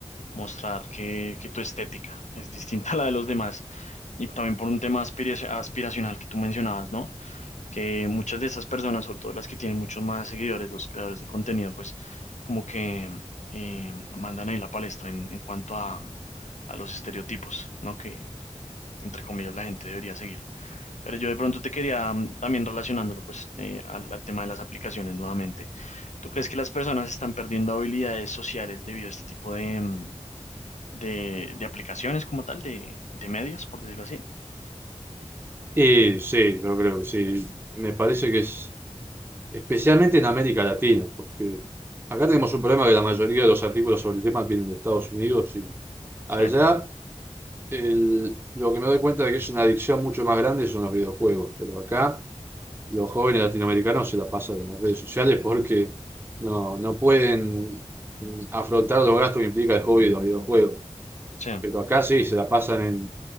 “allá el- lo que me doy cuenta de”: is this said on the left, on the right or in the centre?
Right